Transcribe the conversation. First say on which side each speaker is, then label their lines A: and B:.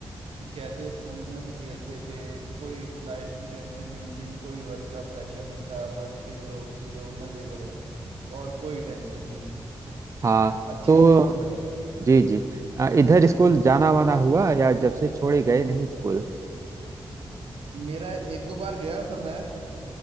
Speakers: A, on the right (about 75°); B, on the right (about 30°).
A: कि कैसे स्कूल में हम खेलते थे कोई लाइफ की टेंशन नहीं थी कोई वर्क का प्रेशर नहीं था बस खेलो कूदो मजे करो और कोई टेंशन नहीं
B: हाँ
A: अच्छी
B: तो
A: थी लाइफ
B: जी जी अ, इधर स्कूल जाना वाना हुआ या जब से छोड़े गए नहीं स्कूल
A: मेरा एक दो बार गया था मैं